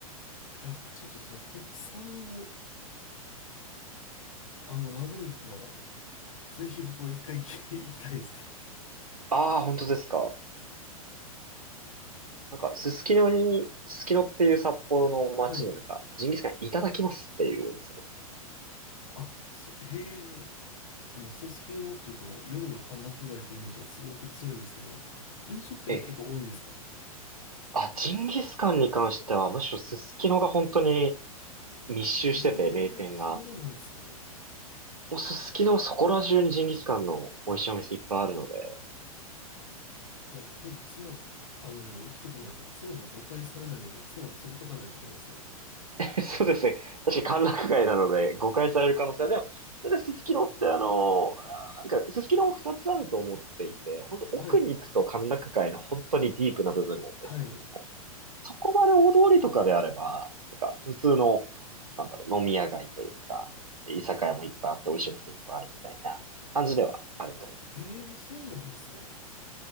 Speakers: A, on the left; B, on the right.
A: いや、ちょっとその国産の、あの、ラム肉は、ぜひ僕は一回き <laughs> 行きたいです。
B: ああ、本当ですか。なんか、すすきのに、
A: うん
B: すすきのっていう札幌の街になんか、
A: はい。
B: ジンギスカンいただきますっていうお店です。
A: あ、そ、へえ、あの、すすきのっていうと夜の歓楽街ってイメージがすごく強いんですけど、飲食店も結構多いんですか
B: ええ。あ、ジンギスカンに関しては、むしろすすきのが本当に密集してて、
A: へえ、
B: 名店が。
A: そうなんですね。
B: もうすすきのそこら中にジンギスカンの美味しいお店いっぱいあるので。
A: じゃあ、今度妻、あの、行くときにあの、妻に誤解されないように妻を連れてかないといけないですね。
B: <laughs> そうですね。確かに歓楽街なので、誤解される可能性は。でも、だってすすきのってあの、なんか、すすきのも2つあると思っていて、本当奥に行くと歓楽街の本当にディープな部分なんですけど
A: はい、はい。
B: そこまで大通りとかであれば、なんか普通の、なんだろう、飲み屋街というか、居酒屋もいっぱいあって美味しいお店いっぱいあるみたいな感じではあると思う。
A: ええ、そうなんですね。